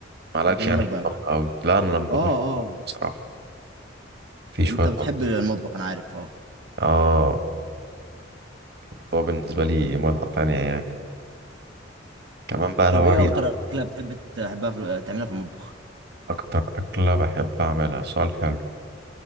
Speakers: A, on the right; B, on the right.
A: مالكش
B: بكلمك
A: يعني في
B: بقى
A: المطبخ قوي لا انا لما
B: اه
A: بخش
B: اه
A: بصراحه في شويه
B: انت بتحب
A: مطبخ.
B: المطبخ انا عارف اه
A: اه الموضوع بالنسبه لي متعه تانية يعني كمان بقى
B: طب
A: لو
B: ايه
A: عايز
B: اكتر اكله بتحب تحبها في... تعملها في المطبخ
A: اكتر اكله بحب اعملها سؤال حلو